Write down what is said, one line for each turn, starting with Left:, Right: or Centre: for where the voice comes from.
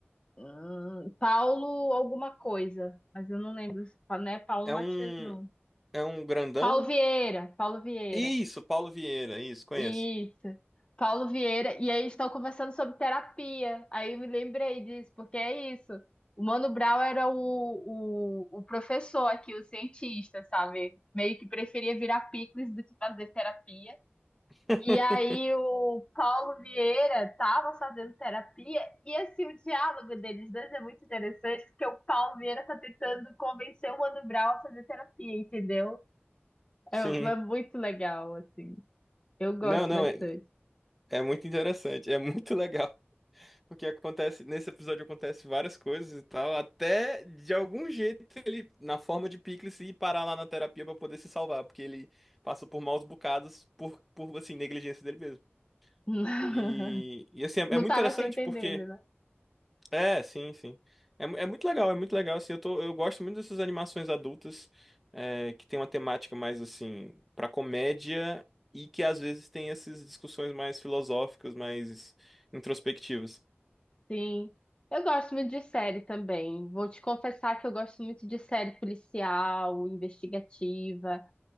Left: Hum, Paulo alguma coisa, mas eu não lembro, se- não é Paulo
Centre: É
Left: Matias,
Centre: um,
Left: não.
Centre: é um grandão?
Left: Paulo Vieira, Paulo Vieira.
Centre: Isso, Paulo Vieira, isso, conheço.
Left: Isso. Paulo Vieira. E aí estão conversando sobre terapia. Aí eu me lembrei disso, porque é isso. O Mano Brown era o, o, o professor aqui, o cientista, sabe? Meio que preferia virar picles do que fazer terapia.
Centre: <laughs>
Left: E aí o Paulo Vieira tava fazendo terapia e assim o diálogo deles dois é muito interessante porque o Paulo Vieira tá tentando convencer o Mano Brown a fazer terapia, entendeu?
Centre: Sim.
Left: É, é muito legal assim. Eu gosto
Centre: Não, não,
Left: bastante.
Centre: é, é muito interessante, é muito legal. Porque acontece, nesse episódio acontece várias coisas e tal, até de algum jeito ele, na forma de Pickles, ir parar lá na terapia pra poder se salvar, porque ele passa por maus bocados por, por assim, negligência dele mesmo.
Left: <laughs>
Centre: E, e assim, é,
Left: Não
Centre: é muito
Left: tava
Centre: interessante
Left: se entendendo,
Centre: porque.
Left: né?
Centre: É, sim, sim. É, mu- é muito legal, é muito legal, assim, eu tô, eu gosto muito dessas animações adultas, é, que tem uma temática mais, assim, pra comédia e que às vezes tem essas discussões mais filosóficas, mais introspectivas.
Left: Sim. Eu gosto muito de série também. Vou te confessar que eu gosto muito de série policial, investigativa,